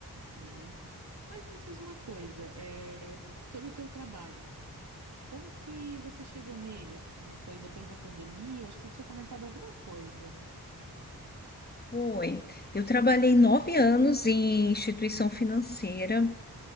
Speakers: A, on the right; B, on the left.
A: né? Mas me diz uma coisa, é, sobre o teu trabalho. Como que você chegou nele, assim? Foi depois da pandemia? Eu acho que você tinha comentado alguma coisa.
B: Foi. Eu trabalhei nove anos em instituição financeira.